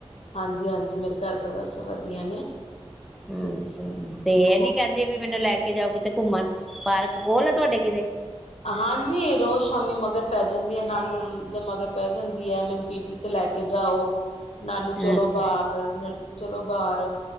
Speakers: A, on the left (about 80°); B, in the centre.
A: ਹਾਂਜੀ ਹਾਂਜੀ ਮੇਰੇ ਘਰ ਬਸ ਵਧੀਆ
B: ਅੱਛਾ
A: ਤੇ
B: ਤੇ ਇਹ
A: ਉਹ
B: ਨੀ ਕਹਿੰਦੇ ਵੀ ਮੈਨੂੰ ਲੈ ਕੇ ਜਾਓ ਕਿਤੇ ਘੁੰਮਣ ਪਾਰਕ ਕੋਲ ਆ ਤੁਹਾਡੇ ਕਿਤੇ
A: ਹਾਂਜੀ ਰੋਜ਼ ਸ਼ਾਮੀ ਮਗਰ ਪੈ ਜਾਂਦੀ ਹੈ ਨਾਨੂ ਦੇ ਮਗਰ ਪੈ ਜਾਂਦੀ ਹੈ ਮੈਨੂੰ ਪੀਪੀ ਤੇ ਲੈ ਕੇ ਜਾਓ ਨਾਨੂੰ ਚਲੋ
B: ਅੱਛਾ,
A: ਬਰ ਚਲੋ ਬਾਹਰ